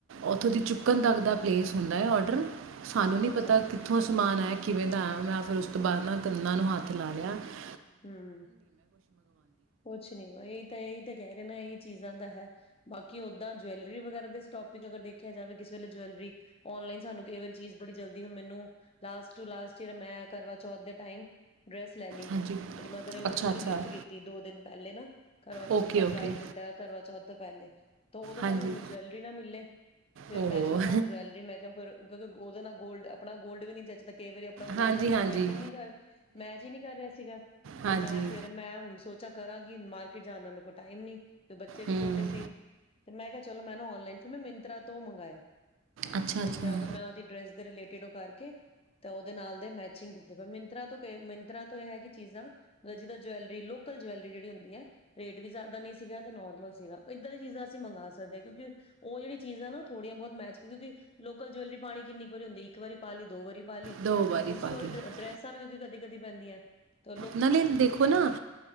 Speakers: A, on the right; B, on the left.
A: ਉੱਥੋਂ ਦੀ ਚੁੱਕਣ ਤੱਕ ਦੀ ਦਾ ਪਲੇਸ ਹੁੰਦਾ ਹੈ ਔਡਰ ਸਾਨੂੰ ਨੀ
B: ਅੱਛਾ
A: ਪਤਾ ਕਿੱਥੋਂ ਸਮਾਨ ਆਇਆ ਕਿ ਕਿਵੇਂ ਦਾ ਆਇਆ ਮੈਂ ਫਿਰ ਉਸ ਤੋਂ ਬਾਅਦ ਨਾ ਕੰਨਾਂ ਨੂੰ ਹੱਥ ਲਾ ਲਿਆ ਕਿ
B: ਹੂੰ, ਕੁਛ ਨੀ ਵ ਇਹੀ ਤਾਂ ਇਹੀ ਤਾਂ ਕਹਿ ਰਹੇ ਨਾ ਇ ਚੀਜ਼ਾਂ ਦਾ ਹੈ ਬਾਕੀ ਓਦਾਂ ਜਵੈਲਰੀ ਵਗਰਾ ਦੇੋ ਸਟੋਪੇਜ ਅਗਰ ਦੇਖਿਆ ਜਾਵੇ ਕਿਸ ਵੇਲੇ ਜਾਵੈਲਰੀ ਆਨਲਾਈਨ ਸਾਨੂੰ ਕਈ ਚੀਜ਼ ਬੜੀ ਜਲਦੀ ਹੋ ਮੈਂਨੂੰ ਲਾਸਟ ਟੂ ਲਾਸਟ ਮੈਂ ਕਰਵਾ ਚੌਥ ਦੇ ਟਾਈਮ ਡਰੈਸ ਲੈ ਲਈ।
A: ਹਾਂਜੀ
B: ਮੇਰੀ ਮਦਰ ਇਨ-ਲਾ
A: ਅੱਛਾ
B: ਨੇ ਮੈਨੂੰ
A: ਅੱਛਾ
B: ਗਿਫਟ ਕੀਤੀ ਦੋ ਦਿਨ ਪਹਿਲੇ ਨਾ ਕਰਵਾ ਚੌਥ
A: ਓਕੇ
B: ਸਰਪ੍ਰਜ਼
A: ਓਕੇ
B: ਦਿੱਤਾ ਕਰਵਾ ਚੌਥ ਤੋਂ ਪਹਿਲੇ ਤੇ ਓਦੇ ਨਾਲ
A: ਹਾਂਜੀ
B: ਹ ਜਵੈਲਰੀ ਨਾ ਮਿਲੇ ਫਿਰ
A: ਓਹੋ
B: ਮੈਂ ਸੋਚਿਆ ਹਣ ਜਵੈਲਰੀ ਮੈਂ ਕਿਹਾ ਫਿਰ ਉਹਦੇ ਨਾਲ ਗੋਲਡ ਆਪਣਾ ਗੋਲਡ ਵੀ ਨਹੀਂ ਜੱਚਦਾ ਕਈ ਵਾਰੀ ਆਪਣਾ ਗੋਲਡ
A: ਹਾਂਜੀ
B: ਜਿਹੜਾ ਹੁੰਦਾ
A: ਹਾਂਜੀ
B: ਮੈਚਿੰਗ ਨੀ ਕਰ, ਮੈਚ ਹੀ ਨਹੀਂ ਕਰ ਰਿਹਾ ਸੀਗਾ।
A: ਹਾਂਜੀ
B: ਤੇ ਮੈਂ ਫੇਿਰ ਮੈਂ ਹੁਨ ਮ ਸੋਚਾ ਕਰਾਂ ਕਿ ਮਾਰਕੀਟ ਜਾਣ ਦਾ ਮੇਰੇ ਕੋਲ ਟਾਈਮ ਨਹੀਂ ਤੇ ਬੱਚੇ ਵੀ
A: ਹੂੰ
B: ਛੋਟੇ ਸੀ ਤੇ ਮੈਂ ਕਿਹਾ ਚਲੋ ਮੈਂ ਨਾ ਔਨਲਾਈਨ ਫਿਰ ਮੈਂ ਮਿੰਤਰਾ ਤੋਂ ਮੰਗਵਾਏ।
A: ਅੱਛਾ ਅੱਛਾ
B: ਮਿੰਦਰਾ ਤੋਂ ਮੈਂ ਉਹਦੀ ਡਰੈਸ ਦੇ ਰਿਲੇਟਿਡ ਉਹ ਕਰ ਤਾਂ ਉਹਦੇ ਨਾਲ ਦੇ ਮੈਚਿੰਗ, ਮਿਨਤਰਾ ਤੋਂ ਮਿਨਤਰਾ ਤੋਂ ਇਹ ਹੈ ਕਿ ਚੀਜਾਂ ਜਿੱਦਾਂ ਜੁਵੈਲਰੀ ਲੋਕਲ ਜੁਵੈਲਰੀ ਜਿਹੜੀ ਹੁੰਦੀ ਹੈ ਰੇਟ ਵੀ ਜ਼ਿਆਦਾ ਨੀ ਸੀਗਾ ਤੇ ਨੋਰਮਲ ਸੀਗਾ। ਇੱਧਾਂ ਦੀਆ ਚੀਜ਼ਾਂ ਅਸੀਂ ਮੰਗਵਾ ਸਕਦੇ ਹਾਂ। ਕਿਉਂਕਿ ਉਹ ਜਿਹੜੀ ਚੀਜ਼ਾਂ ਨਾ ਥੋੜੀਆਂ ਬਹੁਤੀਆ ਮੈਚ ਕਿਉਂਕਿ ਲੋਕਲ ਜੁਵੈਲਰੀ ਪਾਨੀ ਕਿੰਨੀ ਕੁ ਵਾਰੀ ਹੁੰਦੀ ਆ। ਇੱਕ ਵਾਰੀ ਪਾ ਲਈ ਦੋ ਵਾਰੀ ਪਾਲੀ
A: ਦੋ
B: ਤੇ
A: ਵਾਰੀ
B: ਜੂ
A: ਪਾ
B: ਸੀ
A: ਦਿਓ
B: ਡਰੈਸਾਂ ਵੀ ਤੁਸੀਂ ਕਦੀ ਕਦੀ ਪੈਂਦੀਆਂ। ਤੁ
A: ਨਾਲੇ ਦੇਖੋ ਨਾ